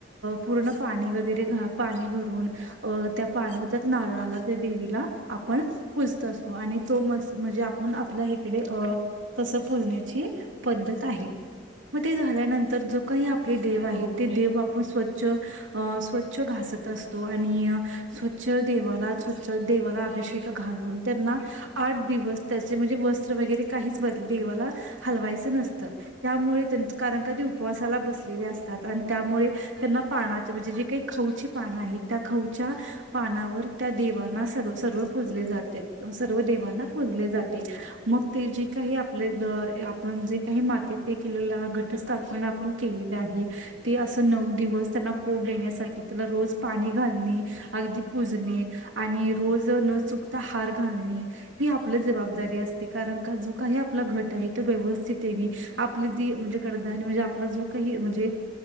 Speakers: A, on the right (about 85°); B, on the right (about 40°).
A: पूर्ण पाणी वगैरे घ पाणी भरून अ त्या पाणत्यात नारळाला त्या देवीला आपण. पूजत असतो. आणि तो म्हणजे आपण आपल्या हीकडे अ तस पुजण्याची पद्धत आहे. मग ते झाल्यानंतर ज काही आपले देव आहेत.
B: हो बरोबर
A: ते देव आपण स्वच्छ अ स्वच्छ घासत असतो. आणि स्वच्छ देवाला स्वच्छ देवाला अभिषेक घालून. त्यांना, आठ दिवस त्याचे म्हणजे वस्त्र वगैरे काहीच बदले देवाला हलवायचं नसतं त्यामुळे कारण का ते, उपवासाला बसलेले असतात. आणि
B: हो
A: त्यामुळे त्यांना पानाच म्हणजे जे काही खाउची पानं आहे. त्या खाउच्या पानावर त्या देवाांना सर्व सर्व जाते. सर्व देवांना पुजले जाते. मग
B: हो बरोबर
A: ते जे काही आपले आपण जे काही मातीत ते केलेलं घटस्थापना आपण केलेली आहे. ते असं नऊ दिवस, त्यांना कोंब येण्यासाठी. त्याला रोज पाणी घालणे. अगदी पुजणे. आणि रोज न चुकता हार घालणे. ही आपलं जबाबदारी असते. कारण का जो काही आपला घट आहे. तो व्यवस्थित येणे आपली ती म्हणजे कडधान्य म्हणजे आपला जो काही, म्हणजे